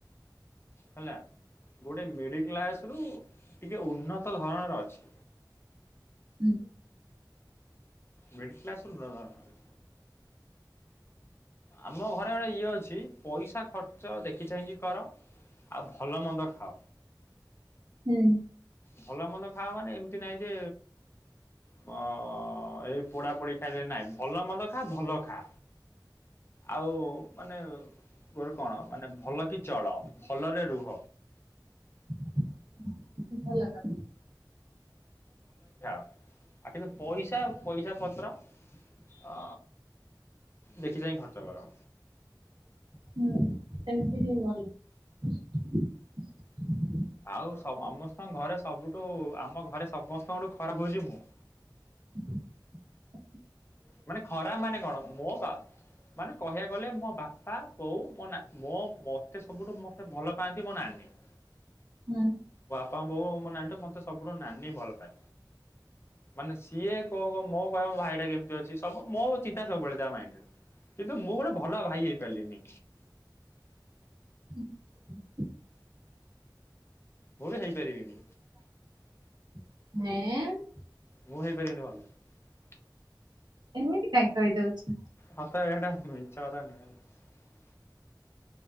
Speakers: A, on the left; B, on the right.
A: ହେଲା। ଗୋଟେ ମିଡ କ୍ଲାସ ରୁ ଟିକେ ଉନ୍ନତ ଧରଣର ଅଛି।
B: ହୁଁ।
A: ମିଡିଲ୍ କ୍ଲାସ ରୁ ଉର୍ନ୍ନତ ଧରଣର ଆମ ଘରେ ଗୋଟେ ଇଏ ଅଛି, ପଇସା ଖର୍ଚ୍ଚ ଦେଖି ଚାହିଁକି କର ଆଉ ଭଲ ମନ୍ଦ ଖାଅ।
B: ହୁଁ।
A: ଭଲ ମନ୍ଦ ଖାଅ ମାନେ ଏମିତି ନାହିଁ ଯେ ଉଁ ଅ ଏଇ ପୋଡ଼ା ପୋଡ଼ି ଖାଇଲେ, ନାଇଁ ଭଲ ମନ୍ଦ ଖା ଭଲ ଖା ଆଉ ମାନେ ମୋର କଣ ମାନେ ଭଲ କି ଚଳ, ଭଲରେ ରୁହ
B: ହ <inaudible> ଭଲ ଲାଗା <unintelligible>
A: ଆ ଟିକେ ପଇସା ପଇସା ପତ୍ର ଅ ଦେଖି ଚାଇ ଖର୍ଚ୍ଚ କର
B: ହୁଁ ସେ
A: ଆଉ ସମସ୍ତଙ୍କ ଘରେ ସବୁଠୁ ଆମ ଘରେ ସମସ୍ତଙ୍କଠୁ ଖରାପ ହଉଛି ମୁଁ
B: ହ <inaudible>
A: ମାନେ ଖରା ମାନେ କଣ ମୋ ବା ମାନେ କହିବାକୁ ଗଲେ ମୋ ବାପା କୋଉ ମୋ ମୋ ମତେ ସବୁଠୁ ମତେ ଭଲ ପାଆନ୍ତି ମୋ ନାନୀ
B: ହୁଁ
A: ବା ବୋଉ ମୋ ନାନୀ ଟ ମତେ ସବୁଠୁ ନାନୀ ଭଲ ପାଏ। ମାନେ ସିଏ କଣ କ ମୋ କହିବ ଭାଇଟା କେି <unintelligible> ବୁ ମୋ ଚିନ୍ତା ସବୁବେଳେ ତା ମାଇଣ୍ଡ ରେ କିନ୍ତୁ ମୁଁ ଗୋଟେ ଭଲ ଭାଇ ହେଇପାରିଲିନି।
B: ହ <inaudible>
A: ମୁଁ ବି ହେଇପାରିବିନି।
B: ହଁ
A: ମୁଁ ହେଇପାର ନମାଲ <unintelligible>
B: ଏମିତି କାଇଁ କହିଦଉଛୁ?
A: ହାତ ବେଟାମ ଚାଦନଲା <unintelligible>